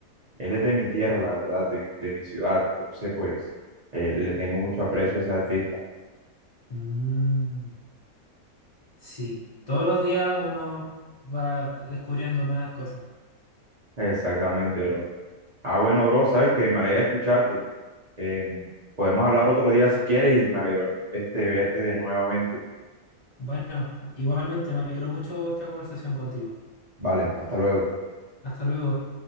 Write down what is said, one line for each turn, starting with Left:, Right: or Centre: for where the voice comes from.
Right: Él es de mi tierra, la verdad, de mi, de mi ciudad. Entonces, pues, eh, le tengo mucho aprecio a ese artista.
Left: Mm, sí. Todos los días uno va descubriendo nuevas cosas.
Right: Exactamente, bro. Ah, bueno, bro, sabes que me alegra escucharte. Eh, podemos hablar otro día si quieres y me alegro este, verte de nuevamente.
Left: Bueno, igualmente me alegró mucho esta conversación contigo.
Right: Vale, hasta luego.
Left: Hasta luego.